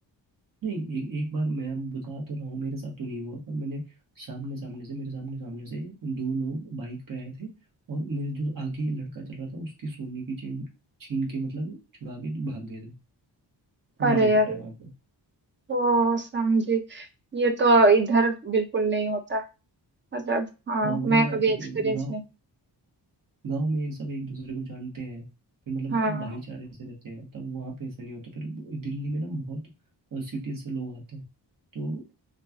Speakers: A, on the right; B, on the right.
A: नहीं ए, एक बार मैं बता तो रहा हूँ मेरे साथ तो नहीं हुआ पर मैंने सामने सामने से मेरे सामने सामने से दो लोग बाइक पे आए थे और मेरे जो आगे लड़का चल रहा था उसकी सोने की चेन छीन के मतलब छुड़ा के भाग गए थे तो
B: अरे
A: मुझे पता
B: अरे
A: है वहाँ पे
B: तो समझी ये तो इधर बिल्कुल नहीं होता मतलब हाँ
A: हाँ वही
B: मैं
A: ना
B: कभी
A: अपने
B: एक्सपीरियंस
A: गाँव
B: नहीं
A: गांव में एक सब एक दूसरे को जानते हैं फिर मतलब
B: हाँ
A: भाईचारे से रहते हैं तब वहाँ पे ऐसा नहीं होता फिर दिल्ली में ना बहुत सिटीज से लोग आते हैं तो